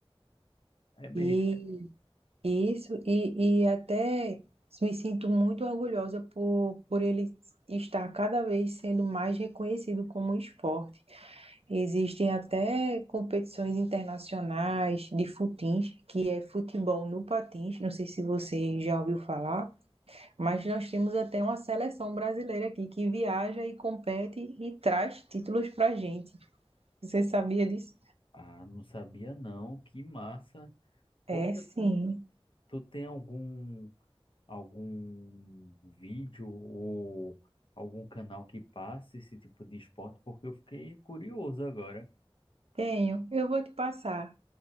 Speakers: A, on the left; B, on the right.
A: É mesmo.
B: E Isso, e, e até me sinto muito orgulhosa por, por ele estar cada vez sendo mais reconhecido como esporte. Existem até competições internacionais de futins, que é futebol no patins, não sei se você já ouviu falar, mas nós temos até uma seleção brasileira aqui que viaja e compete e traz títulos para gente. Você sabia disso?
A: Ah, não sabia não, que massa. Poxa,
B: É, sim,
A: tu, tu tem algum algum vídeo ou algum canal que passe esse tipo de esporte, porque eu fiquei curioso agora.
B: tenho. Eu vou te passar.